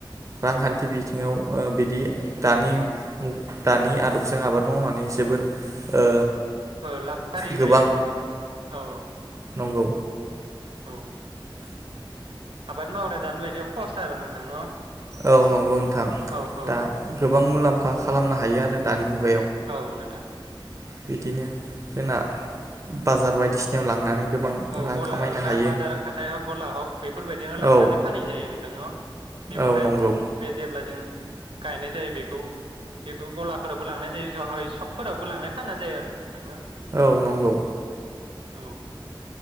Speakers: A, on the right; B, on the right.
A: रांखान्थि
B: औ
A: बिथिङाव ओ बिदि दानि दानि आदबजों आबाद मावनानै जोबोर ओ
B: ओ लाबखारि
A: गोबां
B: जायो नोंथां औ औ।
A: नंगौ।
B: औ। आबाद मावग्रा दानो बायदि खस्थ' आरो नोंथां न'।
A: औ नंगौ नोंथां
B: औ औ
A: दा गोबां मुलाम फा खालामनो हायो आरो दानि मु
B: औ नोंथां।
A: बिदिनो जोंना बाजार बायदिसिनायाव लांनानै गोबां
B: औ
A: रां
B: गला,
A: खामायनो
B: गा
A: हायो
B: बाजार, हाथाइ हग गला हक बेफोरबायदियावनो लांनानै
A: औ
B: फानहैजायो नोंथां न मैगं
A: औ
B: थाइगं
A: नंगौ
B: बे जेब्ला जों गायनाय जायो बेखौ बेखौ गलाफोरावबो लांनाय जायो जहाय सकफोरावबो लांनाय फाननाय जायो आरो नोंथां न।
A: औ नंगौ।
B: औ।